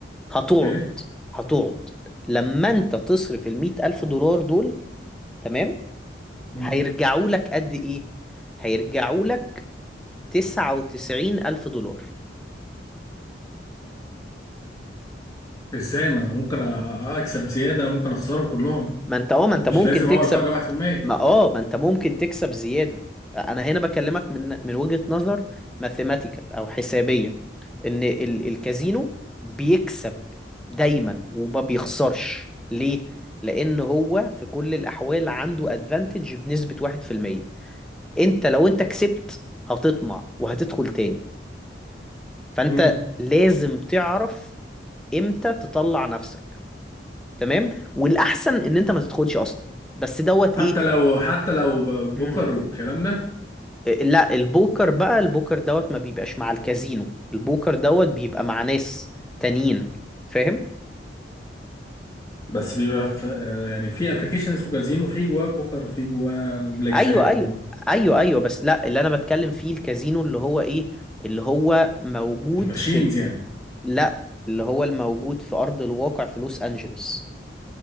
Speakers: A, in the centre; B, on the left (about 20°).
A: هتقعد
B: أوكي
A: هتقعد لما انت تصرف المية الف دولار دول تمام
B: مم.
A: هيرجعوا لك قد ايه هيرجعوا لك تسعة وتسعين الف دولار
B: إزاي ما أنا ممكن أ- أكسب زيادة ممكن أخسرهم كلهم
A: ما انت اه ما انت
B: مش
A: ممكن
B: لازم
A: تكسب
B: هو الفرق واحد في المية
A: ما اه ما انت ممكن تكسب زيادة انا هنا بكلمك من من وجهة نظر ماثيماتيكال او حسابية ان ال- الكازينو بيكسب دايما وما بيخسرش ليه لان هو في كل الاحوال عنده ادفانتج بنسبة 1% انت لو انت كسبت هتطمع وهتدخل تاني فانت
B: مم.
A: لازم تعرف امتى تطلع نفسك تمام والاحسن ان انت ما تدخلش اصلا بس دوت
B: حتى
A: ايه
B: لو حتى لو ب- بوكر
A: <clears throat>
B: والكلام ده
A: لا البوكر بقى البوكر دوت ما بيبقاش مع الكازينو البوكر دوت بيبقى مع ناس تانيين فاهم
B: بس بيبقى في آه، يعني في ابلكيشن اسمه كازينو في جواه بوكر وفي جواه بلاك
A: ايوه
B: جاك
A: ايوه ايوه ايوه بس لا اللي انا بتكلم فيه الكازينو اللي هو ايه اللي هو موجود
B: وماشينز
A: في ال...
B: يعني
A: لا اللي هو الموجود في ارض الواقع في لوس انجلوس